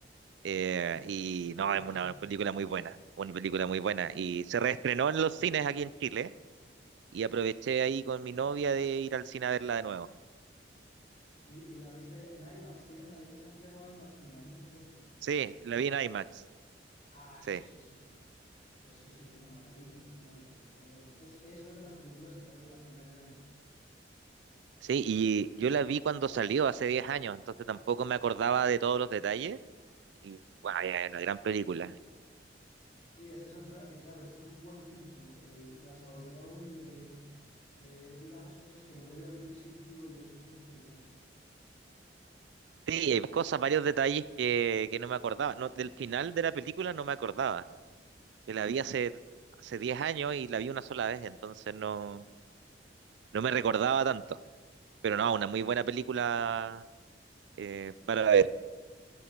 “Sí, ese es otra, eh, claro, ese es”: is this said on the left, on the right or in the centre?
Left